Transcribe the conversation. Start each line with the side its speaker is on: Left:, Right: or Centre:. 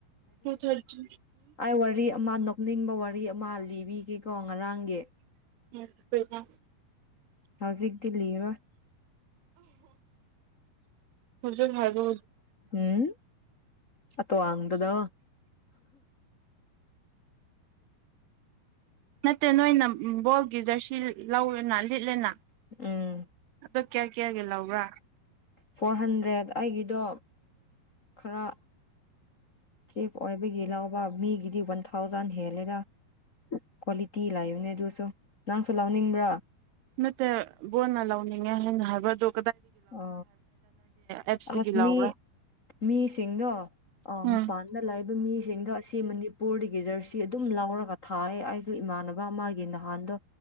Right: ꯍ ꯆꯠ ꯆ
Left: ꯑꯥꯏ ꯋꯥꯔꯤ ꯃꯥ ꯅ ꯀꯞꯅꯤꯡꯕ ꯋꯥꯔꯤ ꯑꯃꯜꯂꯤ ꯤ ꯀꯦ ꯀꯧꯕ ꯋꯥꯉ ꯔꯒꯦ
Right: ꯎꯝ ꯍꯣꯏꯗ
Left: ꯍꯧꯖꯤꯛꯗꯤꯜꯂꯤꯔꯣ
Right: ꯍꯧꯖꯤꯛ ꯍꯥꯏꯕ
Left: ꯎꯝ ꯑꯇꯣꯋꯥꯡꯗꯨꯗ
Right: ꯅꯠꯇꯦ ꯅꯣꯏꯅ ꯕꯣꯜꯒꯤ ꯖꯔꯁꯤ ꯂꯧꯔꯦꯅ ꯂꯤꯠꯂꯦꯅ
Left: ꯎꯝ
Right: ꯑꯗꯣ ꯀꯌꯥ ꯀꯌꯥꯒ ꯂ ꯎ ꯋꯥ
Left: ꯐꯣꯔ ꯍꯟꯗ꯭ꯔꯦꯗ ꯑꯩꯒꯤꯗꯣ ꯈꯔ ꯆꯤꯐ ꯑꯣꯏꯕꯒꯤ ꯂꯧꯕ ꯃꯤꯒꯤꯗꯤ ꯋꯥꯟ ꯊꯥꯎꯖꯟ ꯍꯦꯜꯂꯦꯗ ꯀ꯭ꯋꯥꯂꯤꯇꯤ ꯏ ꯂꯑꯅꯦ ꯑꯗꯨ ꯅꯪꯁꯨ ꯂꯥꯎꯅꯤꯡꯕ꯭ꯔꯥ
Right: ꯅꯠꯇꯦ ꯕꯣꯟꯅ ꯂꯧꯅꯤꯡꯉꯦ ꯍꯥꯏꯅ ꯍꯥꯏꯕꯗ
Left: ꯑ
Right: ꯑꯦꯞꯁꯇꯒꯤ
Left: ꯑꯁ
Right: ꯂꯧꯕ꯭ꯔꯥ
Left: ꯃꯤ ꯃꯤꯁꯤꯡꯗꯣ ꯑ
Right: ꯎꯝ
Left: ꯃꯄꯥꯟꯗ ꯂꯥꯛꯏꯕ ꯃꯤꯁꯤꯡꯗꯣ ꯑꯁꯤ ꯃꯅꯤꯄꯨꯔꯗꯒꯤ ꯖꯔꯁꯤ ꯁꯤ ꯑꯗꯨꯝ ꯂꯧꯔꯒ ꯊꯥꯏ ꯑꯩꯁꯨ ꯏꯃꯥꯟꯅꯕ ꯑꯃꯒꯤ ꯅꯍꯥꯟꯗꯣ